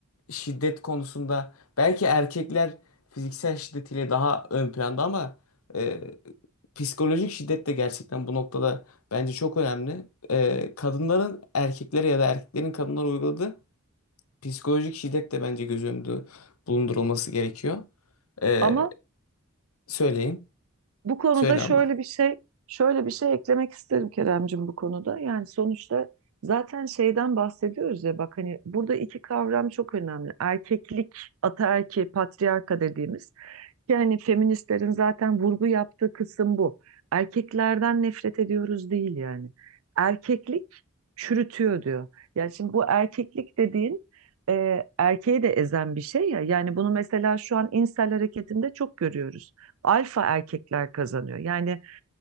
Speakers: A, on the left; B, on the right.
A: şiddet konusunda belki erkekler fiziksel şiddetiyle daha ön planda ama e, psikolojik şiddet de gerçekten bu noktada Bence çok önemli. Ee, kadınların erkeklere ya da erkeklerin kadınlara uyguladığı psikolojik şiddet de bence göz önünde bulundurulması gerekiyor. Ee,
B: Ama
A: söyleyin.
B: bu konuda
A: Söyle
B: şöyle
A: abla.
B: bir şey, şöyle bir şey eklemek isterim Keremcim bu konuda. Yani sonuçta zaten şeyden bahsediyoruz ya bak hani burada iki kavram çok önemli. Erkeklik, ataerki, patriarka dediğimiz. Yani feministlerin zaten vurgu yaptığı kısım bu. Erkeklerden nefret ediyoruz değil yani. Erkeklik çürütüyor diyor. Yani şimdi bu erkeklik dediğin e, erkeği de ezen bir şey ya. Yani bunu mesela şu an insel hareketinde çok görüyoruz. Alfa erkekler kazanıyor. Yani